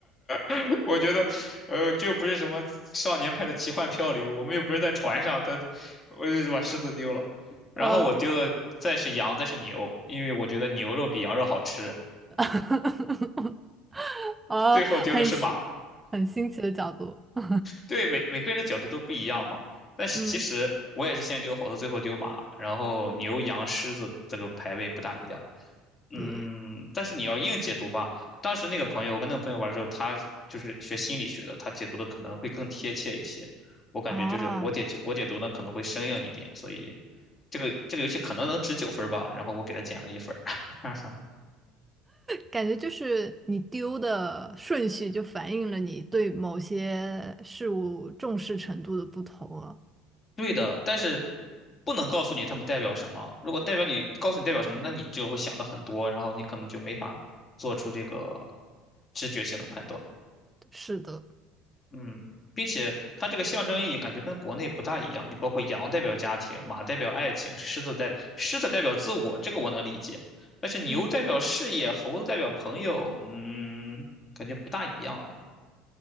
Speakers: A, on the left; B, on the right.
A: <laughs> 我觉得，呃，就不是什么少年派的奇幻漂流，我们又不是在船上，他就我就把狮子丢了。然后我丢的再是羊，
B: 呃。
A: 再是牛，因为我觉得牛肉比羊肉好吃。
B: <laughs> 啊，
A: 最后丢的是马。
B: 很新很新奇的角度。<laughs>
A: 对，每每个人的角度都不一样嘛。但是其实我也是先丢猴子，
B: 嗯，
A: 最后丢马，然后牛、羊、狮子这个排位不大一样。嗯，
B: 对，
A: 但是你要硬解读吧，当时那个朋友，我跟那个朋友玩的时候，他就是学心理学的，他解读的可能会更贴切一些。我感觉就是我解我解读呢可能会生硬一点，
B: 啊，
A: 所以这个这个游戏可能能值九分吧，然后我给他减了一分儿。<laughs>
B: 感觉就是你丢的顺序就反映了你对某些事物重视程度的不同啊。
A: 对的，但是不能告诉你他们代表什么。如果代表你告诉你代表什么，那你就会想的很多，然后你可能就没法做出这个直觉性的判断。
B: 是的，
A: 嗯，并且它这个象征意义感觉跟国内不大一样。你包括羊代表家庭，马代表爱情，狮子代狮子代表自我，这个我能理解。但是牛代表事业，
B: 嗯，
A: 猴子代表朋友，嗯，感觉不大一样哎。